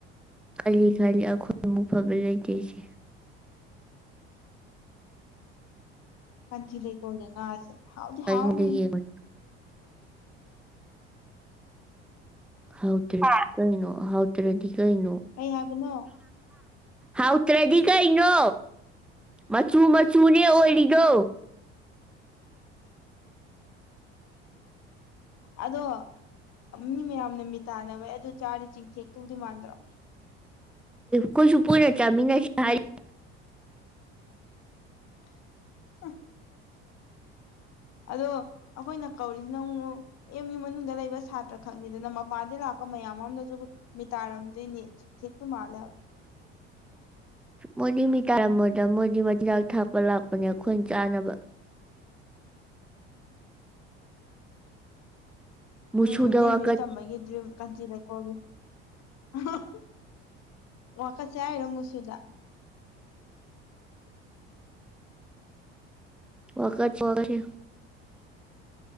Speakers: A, in the centre; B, on the left.
A: ꯈꯜꯂꯤ ꯈꯂꯤ ꯑꯈꯣꯏ ꯃꯐꯕ ꯂꯩꯇꯩꯁꯤ
B: ꯀꯆꯤ ꯂꯩ ꯀꯣꯗ ꯉ ꯍꯥꯎꯗꯤ
A: ꯑꯩꯉꯣꯟꯗ
B: ꯍꯥꯔꯅꯦ
A: ꯌꯦꯡꯉꯣ ꯍꯥꯎ ꯇꯔꯦꯗꯤ ꯀꯩꯅꯩꯅꯣ ꯍꯥꯎ ꯇꯔꯦꯗꯤ ꯀꯩꯩꯅꯣ
B: ꯀꯩ ꯍꯥꯏꯕꯅꯣ
A: ꯍꯥꯎꯇ꯭ꯔꯗꯤ ꯀꯩꯅꯣ ꯃꯆꯨ ꯃꯆꯨꯅꯦ ꯑꯣꯏꯔꯤꯅꯣ <unintelligible>
B: ꯑꯗꯣ ꯃꯤ ꯃꯌꯥꯝꯅ ꯃꯤ ꯇꯥꯟꯅꯕ ꯑꯗꯨ ꯆꯥꯗꯤꯦ ꯆꯤꯡꯊꯦꯛꯇꯕꯨꯗꯤ ꯃꯥꯟꯗ꯭ꯔꯣ
A: ꯀꯁꯨ ꯄꯅ ꯆꯃꯤꯅꯁꯤ
B: <unintelligible> ꯑꯗꯣ ꯑꯩꯈꯣꯏꯅ ꯀꯧꯔꯤꯁꯤ ꯅꯪ ꯑꯦꯝ ꯌꯨ ꯃꯅꯨꯡꯗ ꯂꯩꯕ ꯁꯥꯇ꯭ꯔ ꯈꯛꯅꯤꯗꯅ ꯃꯄꯥꯟꯗꯒꯤꯩ ꯂꯥꯛꯄ ꯃꯌꯥꯝ ꯑꯃꯅꯁꯨ ꯃꯤꯇꯥꯔꯝꯗꯣꯏꯅꯤ ꯆꯊꯦꯛꯇꯨ ꯃꯥꯜꯂꯦ
A: ꯃꯣꯗꯤ ꯃꯤ ꯇꯥꯔꯝꯃꯗ ꯃꯣꯗꯤ ꯃꯆꯤꯟꯖꯥꯛ ꯊꯥꯛꯄ ꯂꯥꯛꯄꯅꯦ ꯑꯩꯈꯣꯏ ꯆꯥꯅꯕ ꯃꯨꯁꯨꯗ
B: ꯎꯝ ꯑꯩ
A: ꯋꯥꯀꯠ
B: ꯃꯤꯑꯣ꯭ꯌꯨ ꯇꯝꯕꯒꯤ ꯗ꯭ꯔꯤꯝ ꯀꯥꯟꯆꯤꯗ ꯀꯣꯜꯂꯤ <unintelligible> ꯋꯥꯀꯠꯁꯦ ꯍꯥꯏꯔꯣ ꯃꯨꯁꯨꯗ
A: ꯋꯥꯈ ꯋꯥꯁꯤ